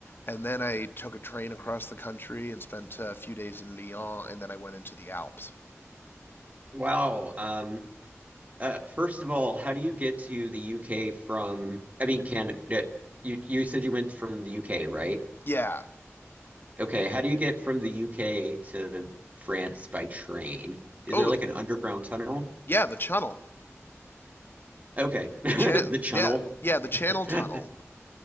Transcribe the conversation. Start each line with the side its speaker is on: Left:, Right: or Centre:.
Left: And then I took a train across the country and spent a few days in Lyon, and then I went into the Alps.
Right: Wow. Um, uh, first of all, how do you get to the UK from, I mean, Canada? uh, You you said you went from the UK, right?
Left: Yeah.
Right: Okay, how do you get from the UK to France by train? Is
Left: Oh,
Right: there like an underground tunnel?
Left: yeah, the Channel.
Right: Okay, <laughs> the
Left: The chan
Right: channel.
Left: yeah, yeah, the Channel
Right: <laughs>
Left: Tunnel.